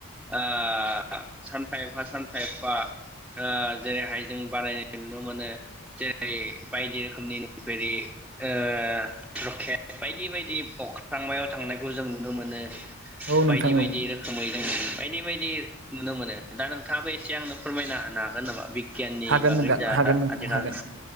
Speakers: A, in the centre; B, on the right.
A: ओ सानफा एफा सानफा एफा ओ जेरैहाय जों बारायनाय नुनो मोनो जेरै बायदि रोखोमनि नुफेरि ओ रकेथ बायदि बायदि अख्रांमायाव थांनायखौ जों नुनो मोनो।
B: औ
A: बायदि
B: नोंथां
A: बायदि
B: औ
A: रोखोमै जों बायदि बायदि नुनो मोनो दा नोंथाङाबो एसे आंनो फोरमायना होनो हागोन नामा बिग गियाननि
B: हागोन
A: <unintelligible>
B: नोंथां हागोन नोंथां
A: आजिखालि
B: हागोन